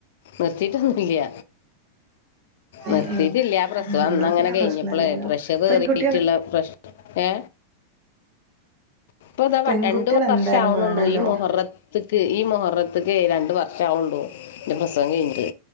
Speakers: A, on the left; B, on the right.
A: നിർത്തീട്ടൊന്നുല്ല
B: ഏഹ്
A: നിർത്തീട്ടില്ല
B: ഏഹ്
A: പ്രസവം
B: ആഹ് എന്നാ
A: അന്നങ്ങനെ
B: പിന്നെ
A: കഴിഞ്ഞപ്പളേ
B: പ്രശ്നല്ലേല്ലോ
A: പ്രഷർ കേറീട്ടിള്ള
B: പെൺകുട്ടികൾ
A: പ്രശ് ഏ ഇപ്പത
B: പെൺകുട്ടികൾ
A: രണ്ടു വർഷം
B: എന്തായാലും
A: ആവ്ണൊള്ളൂ
B: വേണല്ലോ
A: ഈ മുഹറ് ക്ക് ഈ മൊഹറത്തക്ക് രണ്ട് വർഷമാവള്ളൂ എന്റെ പ്രസവം കഴിഞ്ഞിട്ട്